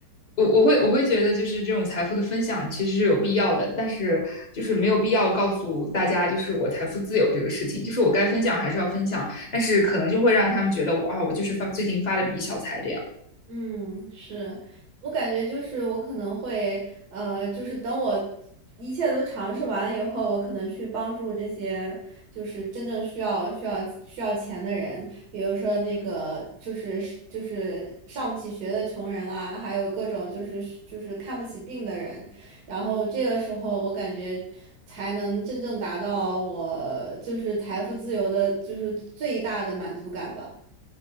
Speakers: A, on the left (about 30°); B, on the right (about 70°).
A: 我我会我会觉得，就是这种财富的分享其实是有必要的，但是就是没有必要告诉大家，就是我财富自由这个事情，就是我该分享还是要分享，但是可能就会让他们觉得我啊，我就是发最近发了笔小财这样。
B: 嗯，是，我感觉就是我可能会，呃，就是等我一切都尝试完了以后，我可能去帮助这些就是真正需要需要需要钱的人，比如说那个就是就是上不起学的穷人啦，还有各种就是就是看不起病的人，然后这个时候我感觉才能真正达到我就是财富自由的，就是最大的满足感吧。